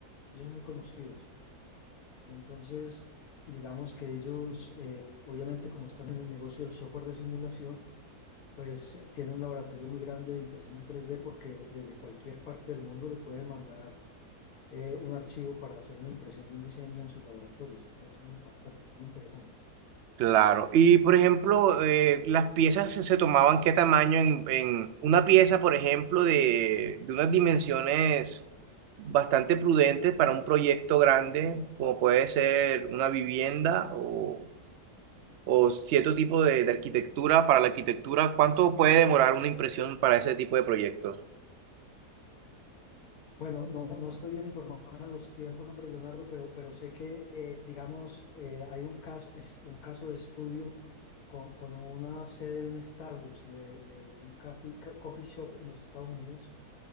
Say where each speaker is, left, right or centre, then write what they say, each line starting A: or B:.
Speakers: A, on the left; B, on the right.
A: Ellos son muy conocidos. Entonces, digamos que ellos, eh, obviamente, como están en el negocio del software de simulación, pues tienen un laboratorio muy grande de impresión en tres d porque desde cualquier parte del mundo le pueden mandar eh, un archivo para hacer una impresión de un diseño en sus laboratorios. Entonces es muy impactante, muy interesante.
B: Claro. Y por ejemplo, eh, las piezas se, se tomaban qué tamaño en, en una pieza, por ejemplo, de, de unas dimensiones bastante prudentes para un proyecto grande, como puede ser una vivienda o, o cierto tipo de, de arquitectura. Para la arquitectura, ¿cuánto puede demorar una impresión para ese tipo de proyectos?
A: Bueno, no, no estoy bien informado en los tiempos, hombre, Leonardo, pero, pero sé que, eh, digamos, eh, hay un caso, es- un caso de estudio con, con una sede de un Starbucks, de, de un café- coffee shop en los Estados Unidos,